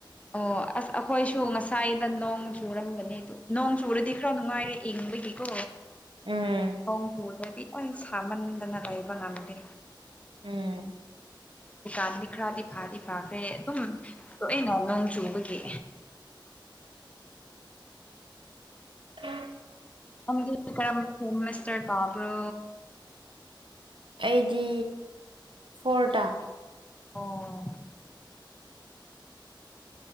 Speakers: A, on the left; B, on the right.
A: ꯑꯣ ꯑꯁ ꯑꯩꯈꯣꯏꯁꯨ ꯉꯁꯥꯏꯗ ꯅꯣꯡ ꯆꯨꯔꯝꯕꯅꯤꯗꯣ ꯅꯣꯡ ꯆꯨꯔꯗꯤ ꯈꯔ ꯅꯨꯡꯉꯥꯏꯔꯦ ꯏꯪꯕꯒꯤꯀꯣ
B: ꯎꯝ꯫
A: ꯅꫭꯡ ꯆꯨꯗ꯭ꯔꯥꯗꯤ ꯂꫭꯏ ꯁꯃꯥꯟꯗꯅ ꯂꯩꯕ ꯉꯝꯗꯦ꯫
B: ꯎꯝ꯫
A: ꯗꯨꯀꯥꯟꯗꯤ ꯈꯔꯥꯗꯤ ꯐꯥꯗꯤ ꯐꯥꯈ꯭ꯔꯦ ꯑꯗꯨꯝ ꯇꯣꯏꯅ ꯅꯣꯡ ꯆꯨꯕꯒꯤ
B: ꯎꯝ꯫
A: ꯀꯥꯝꯗꯨ ꯀꯔꯝꯕ ꯍꯣꯝꯃꯤꯁꯇꯔ ꯇꯥꯕ꯭ꯔꯣ
B: ꯑꯩꯗꯤ ꯐꯣꯔꯗ
A: ꯑꯣ